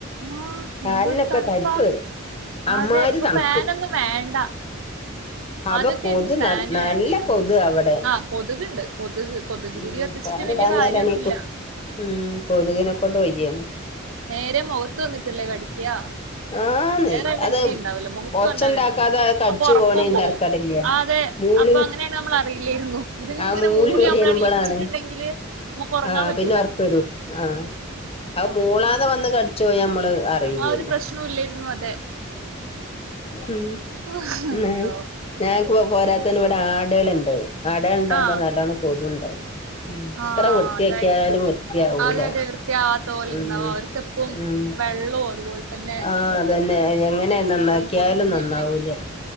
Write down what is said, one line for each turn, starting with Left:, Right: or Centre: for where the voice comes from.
Right: ആഹ്
Left: കാല്നൊക്കെ
Right: എന്തൊരു തണുപ്പാ
Left: തരിപ്പേറി അമ്മായ്രി
Right: അതെ ഇപ്പൊ
Left: തണ്പ്പ്
Right: ഫാനൊന്നും വേണ്ട
Left: അതൊ
Right: ആദ്യൊക്കെ
Left: കൊതു
Right: ആയിരുന്നു ഫാന്
Left: ന നല്ലാ
Right: വേണ്ടിയിരുന്നത്
Left: കൊതുവാ വടെ
Right: ആഹ് കൊതുകുണ്ട് കൊതുക് കൊതുക്
Left: ഉം
Right: തിരി കത്തിച്ചിട്ട്
Left: ഫാന്ടാഞ്ഞാലാണ്
Right: വലിയ കാര്യൊന്നുല്ല
Left: ഈ കൊത് ഉം കൊത്ക്നെ കൊണ്ട് വയ്യേനും
Right: നേരെ മാെഖത്ത് വന്നിട്ടല്ലേ കടിക്ക്യാ
Left: ആന്ന്
Right: വേറെ എവെടിംണ്ടാവില്ലാ
Left: അത്
Right: മുഖത്ത്
Left: ഒച്ചണ്ടാക്കാതെ
Right: വന്നാ കടിക്ക്യാ
Left: കടിച്ചു
Right: അപ്പൊ ഒറാെക്കും
Left: പോണേന്
Right: പോവും
Left: തരക്കേടില്ല
Right: ആഹ് അതെ
Left: മൂളി
Right: അപ്പൊ അങ്ങനെയാണ് നമ്മള് അറീല്ല്യേര്ന്നു ഇത് ഇങ്ങെനെ
Left: ആ
Right: മൂളി
Left: വരേണുമ്പളാണ്
Right: അമ്മളെ എണീയിപ്പിച്ചിട്ട്ണ്ടെങ്കില് മ്മക്ക് ഒർങ്ങാൻ
Left: ആ
Right: പറ്റ്
Left: പിന്നെ ഒർക്കെരും ആഹ് അത് മൂളാതെ വന്ന് കട്ച്ചാേയാ മ്മള് അറീല്ല്യേന്നു
Right: ആ ഒരു പ്രശ്നവും ഇല്ലായിരുന്നു അതെ
Left: ഉം
Right: അയ്യോ
Left: ന്നാ ഞങ്ങക്ക് പോ പോരാത്തേന് വടെ ആടേള്ണ്ട് ആടേൾ ഇണ്ടാമ്പോ
Right: ആഹ്
Left: നല്ലോണം കൊതു ഇണ്ടാവും. ഉം എത്ര
Right: ആഹ്
Left: വൃത്തിയാക്കിയാലും
Right: അതായിരിക്കും
Left: വൃത്തിയാവൂല.
Right: അതെ <unintelligible>
Left: ഉം
Right: ഉണ്ടാവും അവർക്കെപ്പും
Left: ഉം
Right: വെള്ളവും അതുപോലെ തന്നെ
Left: ആഹ് അതെന്നെ എങ്ങനെ നന്നാ
Right: ഓരോന്ന്
Left: ക്ക്യാലും
Right: കൊടുക്കുന്നതല്ലേ
Left: നന്നാവൂല്ല്യാ